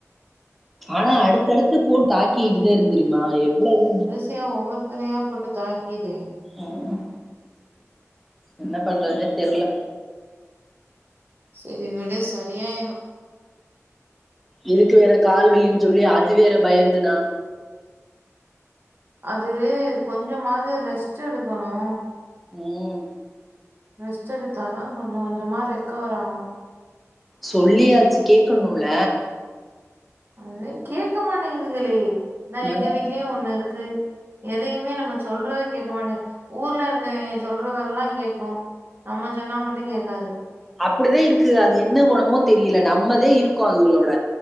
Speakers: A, on the right (about 45°); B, in the centre.
A: கஷ்டம்
B: ஆனா அடுத்தடுத்து போட்டு தாக்கிட்டுதே இருந்து தெரிமா எவ்ளவு
A: சையா ஒவ்வொருத்தரையா போட்டு தாக்கிதே
B: ம் என்ன பண்றதுனே தெர்ல
A: செரி விடு சரியாயிரு
B: இதுக்கு வேற கால்வலினு சொல்லி அது வேற பயந்து நா
A: அது கொஞ்சமாது ரெஸ்ட் எடுக்குணு
B: ம்
A: ரெஸ்ட் எடுத்தாதா கொஞ்ச கொஞ்சமா ரெக்கவர் ஆவு
B: சொல்லியாச்சு கேக்கணுல்ல
A: அது தே கேக்க மாட்டேங்குதுகளே இந்தா
B: ம்.
A: எங்க வீட்லயு ஒன்னு இருக்கு எதையுமே நம்ம சொல்றத கேக்க மாட்டது ஊர்ல இருக்கவங்க சொல்றதெல்லா கேக்கு நம்ம சொன்னா மட்டு கேக்காது
B: அப்டி தா இருக்கு அது என்ன கொணமோ தெரில நம்மதே இருக்கோ அதுங்களோட